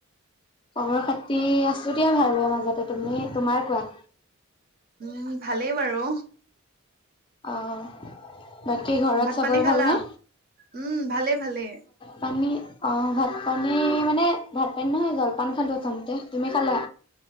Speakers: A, on the left (about 20°); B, on the right (about 45°).
A: কঙৰ খতি আছো দিয়া ভাল হ মাজতে তুমি তোমাৰ কোৱা?
B: উম ভালেই বাৰু
A: অ' বাকী ঘৰত
B: ভাত
A: চাবৰে
B: পানী খালা?
A: ভালনে?
B: উম ভালে ভালে।
A: ভাত পানী অ' ভাত পানী মানে ভাত পানী নহয় জলপান খালোঁ সথনতে তুমি খালা?